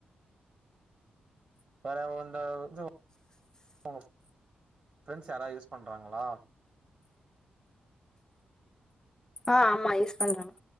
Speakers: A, on the right (about 40°); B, on the left (about 20°).
A: வேற இந்த இது உங்க ஃப்ரெண்ட்ஸ் யாரா யூஸ் பண்றாங்ளா
B: அ ஆமா யூஸ் பண்றாங்